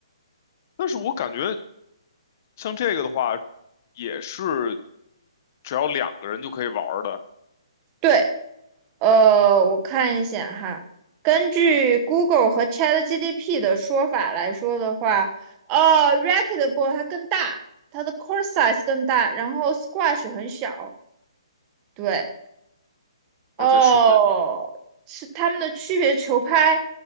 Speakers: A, on the left (about 30°); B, on the right (about 20°).
A: 但是我感觉像这个的话，也是只要两个人就可以玩儿的，
B: 对，呃，我看一下哈，根据 Google 和 ChatGPT 的说法来说的话，呃，racquetball 它更大，它的 court size 更大，然后 squash 很小。对，哦，
A: 而且顺便
B: 是他们的区别球拍